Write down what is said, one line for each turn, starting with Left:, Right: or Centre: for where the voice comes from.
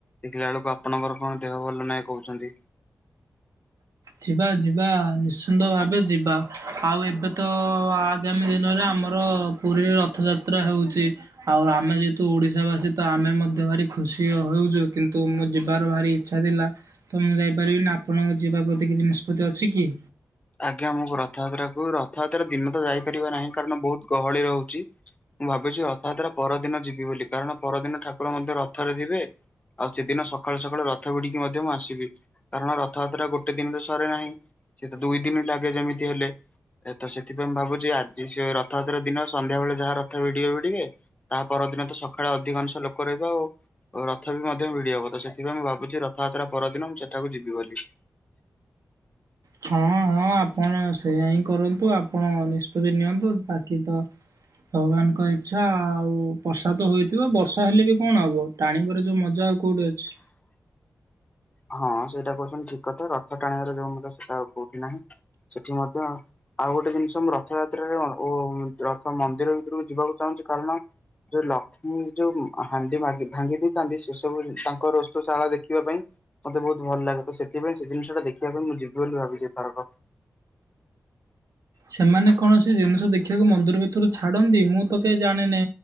Left: ଦେଖିଲା ବେଳକୁ ଆପଣଙ୍କର କଣ ଦେହ ଭଲ ନାହିଁ କହୁଛନ୍ତି?
Right: ଯିବା ଯିବା ନିଶ୍ଚିନ୍ତ ଭାବେ ଯିବା ଆଉ ଏବେ ତ ଆଗାମୀ ଦିନରେ ଆମର ପୁରୀ ରଥଯାତ୍ରା ହେଉଛି। ଆଉ ଆମେ ଯେହେତୁ ଓଡିଶା ବାସୀ ତ ଆମେ ମଧ୍ୟ ଭାରି ଖୁସି ହେଉଛୁ କିନ୍ତୁ ମୁଁ ଯିବାର ଭାରି ଇଛା ଥିଲା, ତ ମୁଁ ଯାଇପାରିବିନି ଆପଣଙ୍କ ଯିବା ପ୍ରତି କିଛି ନିଷ୍ପତ୍ତି ଅଛି କି?
Left: ଆଜ୍ଞା ମୁଁ ରଥଯାତ୍ରା କୁ, ରଥଯାତ୍ରା ଦିନ ତ ଯାଇପାରିବା ନାହିଁ କାରଣ ବହୁତ ଗହଳି ରହୁଛି। ମୁଁ ଭାବୁଛି ରଥଯାତ୍ରା ପରଦିନ ଯିବି ବୋଲି, କାରଣ ପରଦିନ ଠାକୁର ମଧ୍ୟ ରଥରେ ଥିବେ। ଆଉ ସେଦିନ ସକାଳୁ ସକାଳୁ ରଥ ବିିଡିକି ମଧ୍ୟ ମୁଁ ଆସିବି, କାରଣ ରଥଯାତ୍ରା ଗୋଟେ ଦିନରେ ସରେ ନାହିଁ। ସେ ଦୁଇ ଦିନ ଲାଗେ ଯେମିତି ହେଲେ। ଏ ତ ସେଥିପାଇଁ ଭାବୁଛି ଆଜି ସେ ରଥଯାତ୍ରା ଦିନ ସନ୍ଧ୍ୟା ବେଳେ ଯାହା ରଥ ଭିଡିବେ ଭିଡିବେ। ତା ପରଦିନ ତ ସକାଳେ ଅଧିକାଂଶ ଲୋକ ରହିବେ ଆଉ। ଓ ରଥ ବି ମଧ୍ୟ ଭିଡି ହବ, ତ ସେଥିପାଇଁ ମୁଁ ଭାବୁଛି ରଥଯାତ୍ରା ପରଦିନ ମୁଁ ସେଠାକୁ ଯିବି ବୋଲି।
Right: ହଁ ହଁ ଆପଣ ସେଇୟା ହିଁ କରନ୍ତୁ, ଆପଣ ନିଷ୍ପତ୍ତି ନିଅନ୍ତୁ ବାକି ତ ଭଗବାନଙ୍କ ଇଛା ଆଉ ପ୍ରସାଦ ହୋଇଥିବ, ବର୍ଷା ହେଲେ ବି କଣ ହବ? ଟାଣିବାର ଯୋଉ ମଜା ଆଉ କୋଉଠି ଅଛି?
Left: ହଁ ସେଇଟା କହୁଛନ୍ତି ଠିକ କଥା, ରଥ ଟାଣିବାର ଯୋଉ ମଜା, ସେଟା ଆଉ କୋଉଠି ନାହିଁ, ସେଠି ମଧ୍ୟ ଆଉ ଗୋଟେ ଜିନିଷ ମୁଁ ରଥଯାତ୍ରାରେ ରଥ ମନ୍ଦିର ଭିତରକୁ ଯିବାକୁ ଚାହୁଁଛି, କାରଣ ଯୋଉ ଲକ୍ଷ୍ମୀ ଯୋଉ ହାଣ୍ଡି ଭାଙ୍ଗି ଦେଇଥାନ୍ତି, ସେ ସବୁ ତାଙ୍କର ରଷଶାଳା ଦେଖିବା ପାଇଁ। ମତେ ବହୁତ ଭଲ ଲାଗେ, ତ ସେଥିପାଇଁ ସେ ଜିନିଷଟା ଦେଖିବା ପାଇଁ ମୁଁ ଯିବି ବୋଲି ଭାବିଛି ଏଥରକ।
Right: ସେମାନେ କୌଣସି ଜିନିଷ ଦେଖିବାକୁ ମନ୍ଦିର ଭିତରୁ ଛାଡନ୍ତି ମୁଁ ତ କେହି ଜାଣିନି?